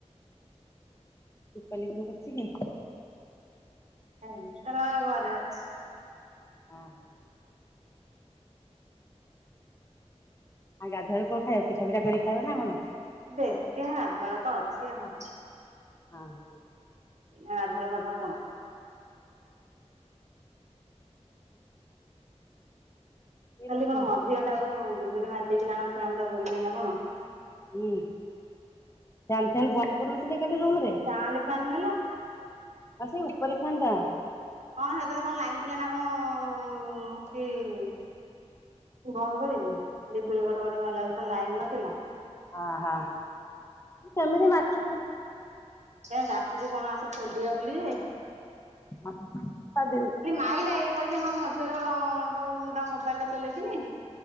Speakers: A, on the left; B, on the right.
A: ଦୀପାଲି ଘରେ ଅଛି କି?
B: ହଁ ତାର ଘରେ ଅଛି।
A: ହଁ ହ ଆଉ ଗାଧୁଆ ବେଳକୁ କଣ ଖାଇବ, ପିଠା ଫିଠା କରି ଖାଇବ ନା କଣ?
B: ଦେଖିଵା ଘରେ ତ ଅଛି ଆଉ।
A: ହଁ।
B: ଏଇନା ଆଗର କଥା କଣ କହିବ।
A: ସେ
B: ଖାଲି
A: ରୁଟି
B: କଣ ମଝି ଘରଟାକୁ ବିଜୁଳି ମାରି ଦେଇଥିଲା ନା ଫ୍ୟାନ ଟା ବୁଲୁନି ନା କଣ?
A: ହୁଁ ଫ୍ୟାନ ଫ୍ୟାନ ବନ୍ଧ କରିନଥିଲେ କାଲି ରୁମ ରେ?
B: ସାଉଣ୍ଡ ଫ୍ୟାନ ହେଲା।
A: ଆଉ ସେଇ ଉପରେ ଫ୍ୟାନ ଟା?
B: ହଁ ହେଥିରେ କଣ ଲାଇନ୍ ଥିଲା ନା କଣ <inaudible> ବନ୍ଦ କରିବେ ବିଜୁଳି ଘଡ଼ଘଡ଼ି ମାଇଲା ଯେତେବେଳେ ଲାଇନ ନଥିଲା।
A: ଆ ହାଁ, କେମିତି ମାରଛି?
B: ସେ ଡାକୁଛି କଣ ଆସ ଖୋଲିଵା ବୋଲି।
A: <inaudible>
B: ଆଇଲା ଇଏ କହିଲେ ହଁ ମଝିରେ ଯଉଁ ମୁଁ ତା ମୋବାଇଲ ଟା ଚଲେଇଥିଲି।